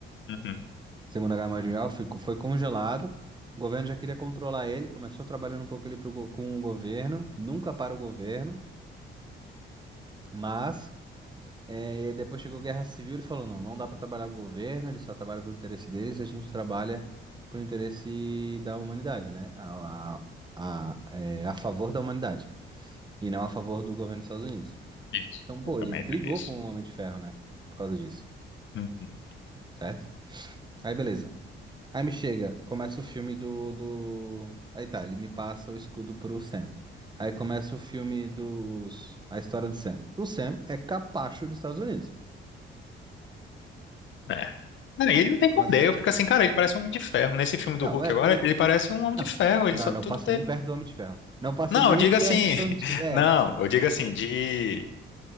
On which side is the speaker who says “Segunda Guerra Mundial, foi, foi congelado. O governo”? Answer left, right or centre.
Right